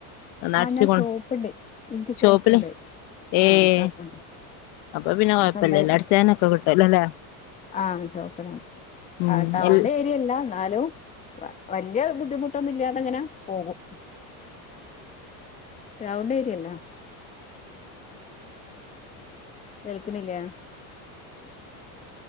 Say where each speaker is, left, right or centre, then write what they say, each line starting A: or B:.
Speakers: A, on the left; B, on the left.
A: ഒന്നടിച്ച്
B: ആഹ് ഞാൻ
A: കൊണ്ട്
B: ഷോപ്പ്ണ്ട് ഇൻക്ക്
A: ഷോപ്പിലും
B: ഷോപ്പ്ണ്ട്
A: ഏയ്.
B: ആഹ് ഷോപ്പ്ണ്ട്
A: അപ്പൊ പിന്നെ കുഴപ്പല്ലല്ലോ
B: സ്വന്തായി
A: അട്ച്ചാനൊക്കെ കിട്ടോല്ലോ ല്ലേ?
B: ആഹ് ഷോപ്പലാണ്
A: ഉം
B: ആഹ് ടൗൺ
A: എൽ
B: ഏരിയല്ല. ന്നാലും വലിയ ബുദ്ധിമുട്ടൊന്നും ഇല്ലാതങ്ങനെ പോകും. ടൗൺ ഏരിയല്ലാ. കേൾക്ക്ണില്ലേ?